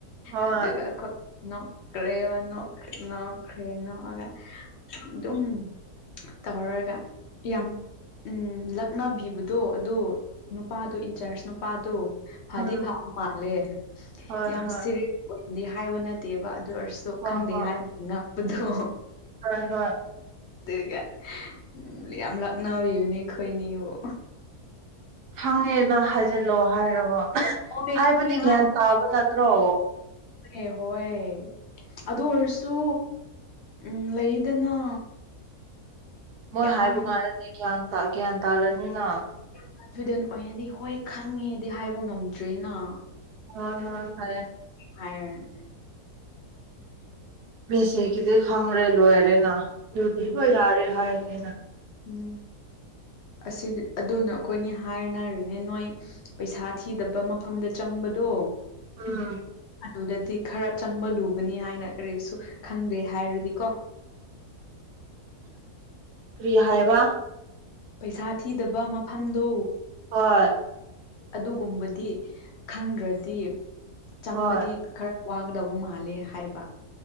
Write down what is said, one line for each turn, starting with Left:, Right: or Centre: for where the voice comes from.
Right: ꯍꯣꯏ
Left: ꯑꯗꯨꯒꯣꯏ ꯅꯣꯛꯈ꯭ꯔꯦ ꯋꯥ ꯅꯣꯛꯈ꯭ꯔꯦ ꯅꯣꯛꯈ꯭ꯔꯦ ꯅꯣꯛꯑꯒ ꯑꯗꯨ ꯑꯗꯨꯝ ꯇꯧꯔꯒ ꯌꯥꯝ ꯎ ꯂꯛꯅꯕꯤꯕꯗꯣ ꯑꯗ ꯅꯨꯄꯥꯗꯣ ꯏꯟꯆꯥꯔꯖ ꯅꯨꯄꯥꯗꯣ ꯐꯗꯤ
Right: ꯎꯝ
Left: ꯐꯕ ꯃꯥꯜꯂꯦ
Right: ꯍꯣꯏ
Left: ꯌꯥꯝ
Right: ꯍꯣꯏ
Left: ꯁꯤꯔꯤꯁ ꯗꯤ ꯍꯥꯏꯕ ꯅꯠꯇꯦꯕ ꯑꯗꯨ ꯑꯣꯏꯔꯁꯨ
Right: ꯍꯣꯏ
Left: ꯈꯪꯗꯦ
Right: ꯍꯣꯏ
Left: ꯍꯥꯏꯕꯗꯤ ꯉꯛꯄꯗꯣ
Right: ꯍꯣꯏ ꯍꯣꯏ
Left: ꯑꯗꯨꯒ ꯎꯝ ꯌꯥꯝ ꯂꯛꯅꯔꯤꯕꯅꯦ ꯑꯩꯈꯣꯏꯅꯤꯕꯨ
Right: ꯐꯪꯉꯦꯅ ꯍꯥꯏꯖꯤꯜꯂꯛꯑꯣ ꯍꯥꯏꯔꯕꯣ
Left: ꯍꯣꯏ
Right: ꯍꯥꯏꯕꯗꯤ
Left: ꯈꯪꯉꯦ
Right: ꯒ꯭ꯌꯥꯟ ꯇꯥꯕ ꯅꯠꯇ꯭ꯔꯣ
Left: ꯍ ꯍ ꯑꯗꯨ ꯑꯣꯏꯔꯁꯨ ꯎꯝ ꯂꯩꯗꯅ
Right: ꯃꯣꯏ
Left: ꯌꯥꯝ
Right: ꯍꯥꯏꯕ ꯀꯥꯟꯗꯗꯤ ꯒ꯭ꯌꯥꯟ ꯒ꯭ꯌꯥꯟ ꯇꯥꯔꯅꯤꯅ
Left: ꯏꯁꯇꯨꯗꯦꯟ ꯑꯣꯏꯅꯗꯤ ꯍꯣꯏ ꯈꯪꯉꯦꯗꯤ ꯍꯥꯏꯕ ꯉꯝꯗ꯭ꯔꯤꯅ
Right: ꯑ ꯍ ꯐꯔꯦ
Left: ꯑ
Right: ꯄꯦꯁꯦꯒꯤꯗꯤ ꯈꯪꯔꯦ ꯂꯣꯏꯔꯦꯅꯗꯤ
Left: ꯎꯝ
Right: ꯍꯣꯏ ꯌꯥꯔꯦ ꯍꯥꯏꯅꯤꯅ
Left: ꯎꯝ ꯑꯁꯤꯗꯤ ꯑꯗꯨꯅ ꯑꯩꯈꯣꯏꯅꯤ ꯍꯥꯏꯅꯔꯤꯅꯦ ꯅꯣꯏ ꯄꯩꯁꯥ ꯊꯤꯗꯕ ꯃꯐꯝꯗ ꯆꯪ ꯍꯝꯕꯗꯣ
Right: ꯑꯥ
Left: ꯑꯗꯨꯗꯗꯤ ꯈꯔ ꯆꯪꯕ ꯂꯨꯕꯅꯤ ꯍꯥꯏꯅ ꯀꯔꯤꯁꯨ ꯈꯪꯗꯦ ꯍꯥꯏꯔꯗꯤꯀꯣ <inaudible>
Right: ꯀ꯭ꯔꯤ ꯍꯥꯏꯌꯦꯕ
Left: ꯄꯩꯁꯥ ꯊꯤꯗꯕ ꯃꯐꯝꯗꯣ
Right: ꯍꯣꯏ
Left: ꯑꯗꯨꯒꯨꯝꯕꯗꯤ ꯈꯪꯗ꯭ꯔꯗꯤ ꯆꯪꯕꯗꯤ
Right: ꯍꯣꯏ
Left: ꯈꯔ ꯋꯥꯒꯗꯧꯕ ꯃꯥꯂꯦ ꯍꯥꯏꯕ